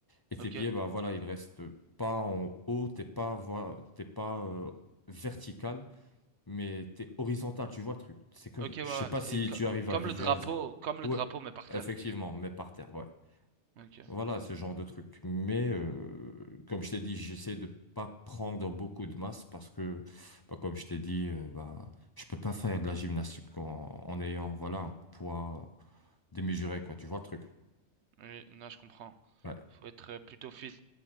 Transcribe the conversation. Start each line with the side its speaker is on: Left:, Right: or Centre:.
Left: et tes
Right: Ok,
Left: pieds, bah, voilà, ils restent pas en haut, t'es pas, voi- t'es pas euh, vertical, mais t'es horizontal, tu vois le truc. C'est que
Right: ok, ouais,
Left: je
Right: ouais.
Left: sais pas
Right: Et
Left: si
Right: co-
Left: tu arrives
Right: comme
Left: à visualiser.
Right: le drapeau, comme le
Left: Ouais,
Right: drapeau, mais par
Left: effectivement,
Right: terre.
Left: mais par terre, ouais.
Right: Ok,
Left: Voilà ce genre de truc. Mais euh, comme je t'ai dit, j'essaie de pas prendre beaucoup de masse parce que, bah, comme je t'ai dit, euh, bah, je peux pas faire de la gymnastique en, en ayant, voilà, un poids démesuré, quoi. Tu vois le truc.
Right: oui, non, je comprends.
Left: Ouais.
Right: Faut être euh, plutôt fit.